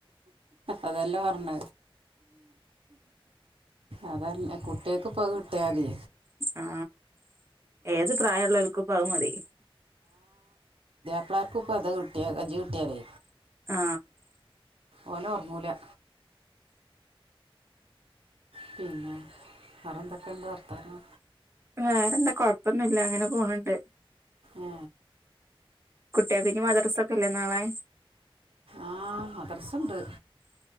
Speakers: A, on the right; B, on the right.
A: അതല്ല പറഞ്ഞ അതല്ല കുട്ടികൾക്ക് ഇപോ അത്കിട്ടിയാൽ തി
B: ആ ഏത് പ്രായമുള്ളവർക്കു ഇപ്പ അതു മതി
A: ആമ്പിള്ളർക്കും ഇപ്പ അത് കിട്ടിയാലേ
B: ആ
A: ഓന് ഉറങ്ങുല പിന്നെ വറെന്തൊക്കെയുണ്ട് വർത്താനം
B: വേറെന്താ കൊഴപ്പൊന്നുമില്ല അങ്ങനെ പോനുണ്ട്
A: ഏ
B: കുട്ടി കൾക്കൊക്കെ മദ്രസ ഒക്കെ യില്ലേ നാളെ
A: ആ മദ്രസ ഉണ്ട്